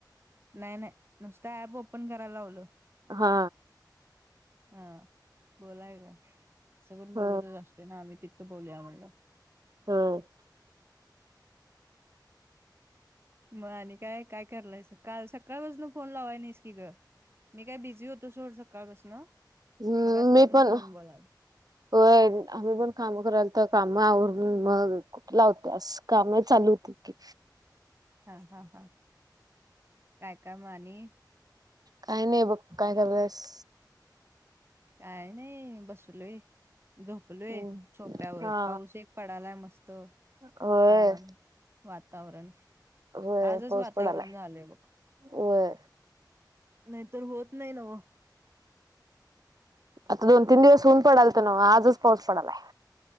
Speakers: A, on the right (about 35°); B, on the right (about 55°).
A: नाही नाही नुसत ऍप ओपन करायला लावलं
B: हा
A: हा बोलाय का सगून बोलतचं
B: ह
A: असतोय ते नाहीआम्ही तिथं बोलूयां म्हणलं
B: हम
A: मग आणि काय काय कलायच काल सकाळ बजून फोन लावाय नाहीस की ग मी काय बिझी होतो सोड सकाळपासन
B: हम्
A: मग आजपासून
B: मी पण
A: फोन बोलाल
B: होय आम्ही पण काम करायल तर कामावरून मग लावते काम चालू होतीत की
A: हा हा हा काय काय मग आणि
B: काही नाही बघ काय झालंस
A: काय नाही बसलोय झोपलोय
B: हम्म
A: सोप्यावर
B: हा
A: पाऊस एक पडालाय मस्त
B: होय
A: छान वातावरण
B: होय
A: आजच
B: पाऊस
A: वातावरण
B: पडालाय
A: झालंय बघ
B: होय
A: नाही तर होत नाही नव्ह
B: आता दोन तीन दिवस होऊन पडल तर ना आजच पाऊस पडालाय